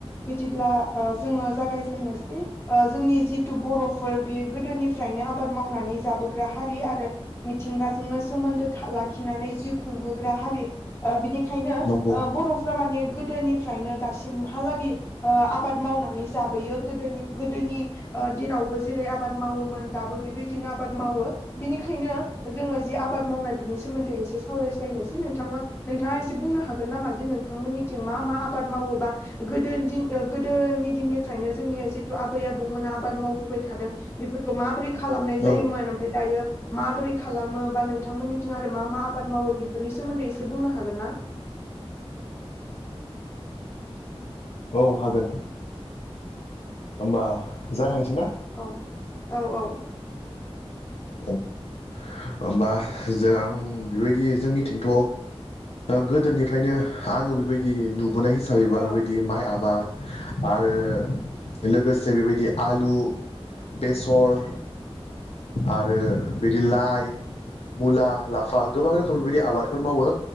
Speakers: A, on the left (about 25°); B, on the left (about 75°).
A: बिदिब्ला ओ जोङो जागायजेननोसै ओ जोंनि जिथु बर'फोर बे गोदोनिफ्रायनो आबाद मावनानै जाबोग्रा हारि आरो मिथिंगाजोंनो सोमोन्दो था लाखि नानै जिउ खुंबोग्रा हारि ओ बिनिखायनो ओ
B: नंगौ
A: बर'फ्रा माने दोनिफ्रायनो दासिमहालागै ओ आबाद मावनानै जाबोयो गोदोनि गोदोनि ओ दिनावबो जेरै आबाद मावोमोन दाबो बेबायदिनो आबाद मावो बिनिखायनो जोङो जि आबाद मावनाय बिनि सोमोन्दै एसे सावरायज्लायनोसै नोंथां नोंथाङा एसे बुंनो हागोन नामा जे नोंथांमोननिथिं मा मा आबाद माव? बबा गोदोदिन ओ गोदोनि दिननिफ्रायनो जोंनि जिथु आबै आबौमोना आबाद मावबोबाय थादों बेफोरखौ माबोरै खालामनाय
B: औ
A: जायोमोन ओमफ्राय दायो माबोरै खालामो बा नोंथांमोननिथिं आरो मा मा आबाद मावो बेफोरनि सोन्दै एसे बुंनो हागोन ना
B: औ हागोन होमबा जागायनोसै ना
A: औ औ औ
B: औ होमबा जों आं बेबायदि जोंनिथिंथ' गोदोनिफ्रायनो आं बि बेबायदि नुबोनाय हिसाबैबा
A: औ
B: बेबायदि माइ आबाद आरो लोगोसे बेबायदि आलु बेसर आरो बिदि लाइ मुला लाफा गोबां रोखोम बेबायदि आबादफोर मावो।